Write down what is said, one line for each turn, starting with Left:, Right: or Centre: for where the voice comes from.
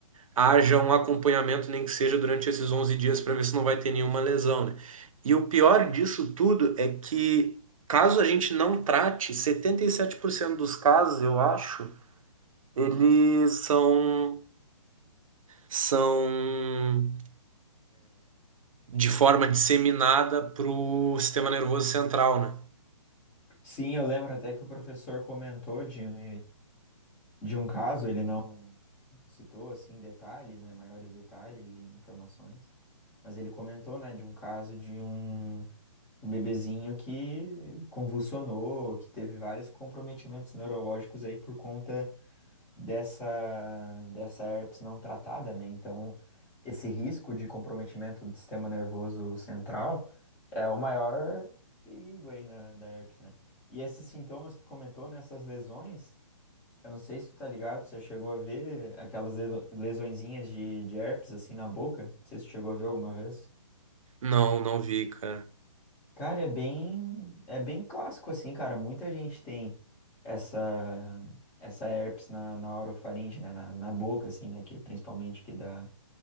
Right: haja um acompanhamento, nem que seja durante esses 11 dias, para ver se não vai ter nenhuma lesão, né? E o pior disso tudo é que, caso a gente não trate, 77% dos casos, eu acho, eles são são de forma disseminada pro sistema nervoso central, né?
Left: Sim, eu lembro até que o professor comentou, Dinho, de um caso, ele não citou assim detalhes, né, maiores detalhes de informações, mas ele comentou, né, de um caso de um, um bebezinho que convulsionou, que teve vários comprometimentos neurológicos aí por conta dessa dessa herpes não tratada, né? Então, esse risco de comprometimento do sistema nervoso central é o maior perigo aí na, da herpes, né? E esses sintomas que tu comentou, nessas lesões eu não sei se tu tá ligado, você chegou a ver aquelas leso- lesõezinhas de, de herpes assim na boca? Não sei se tu chegou a ver alguma vez.
Right: Não, não vi, cara.
Left: Cara, é bem, é bem clássico assim, cara. Muita gente tem essa essa herpes na, na orofaringe, né, na, na boca assim, né, que principalmente que dá